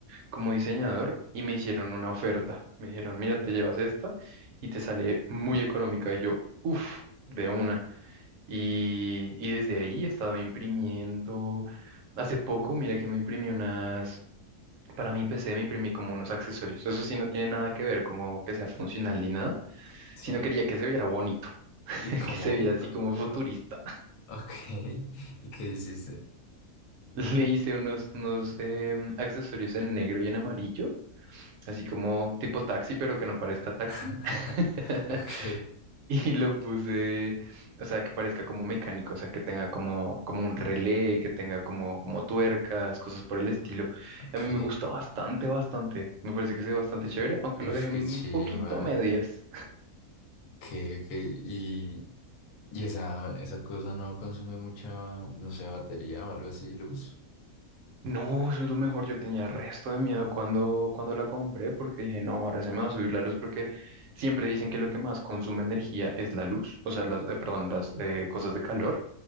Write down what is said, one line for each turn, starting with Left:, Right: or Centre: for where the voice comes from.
Right: como diseñador y me hicieron una oferta. Me dijeron, mira, te llevas esta y te sale muy económica. Y yo, uff, de una. Y, y desde ahí he estado imprimiendo. Hace poco, mira que me imprimí unas, para mi PC me imprimí como unos accesorios. Eso sí no tiene nada que ver como que sea funcional ni nada,
Left: Sí.
Right: sino quería que se viera bonito, <laughs>
Left: ¿Y cómo?
Right: que se viera así
Left: <laughs>
Right: como futurista.
Left: Ah, ah, Ok. <laughs> ¿Y qué hiciste?
Right: <laughs> Le hice unos, unos em, accesorios en negro y en amarillo así como tipo taxi, pero que no parezca taxi.
Left: <laughs>
Right: <laughs>
Left: Ok.
Right: Y lo puse, o sea, que parezca como mecánico, o sea, que tenga como, como un relé, que tenga como, como tuercas, cosas por el estilo.
Left: Ok.
Right: A mí me gusta bastante, bastante. Me parece que se ve bastante chévere, aunque lo
Left: Uf,
Right: dejé un
Left: qué chimba.
Right: poquito a medias.
Left: Que, que, y, y esa, esa cosa no consume mucha, no sé, batería o algo así, luz.
Right: No, eso es lo mejor. Yo tenía resto de miedo cuando, cuando la compré porque dije, no, ahora se me va a subir la luz porque siempre dicen que lo que más consume energía es la luz, o sea, las, eh, perdón, las eh, cosas de calor.